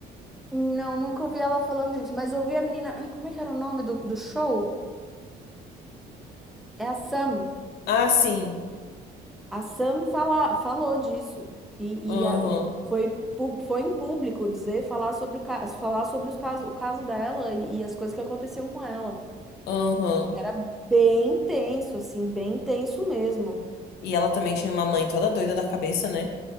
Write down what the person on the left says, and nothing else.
Ah, sim.
Aham,
aham.
E ela também tinha uma mãe toda doida da cabeça, né?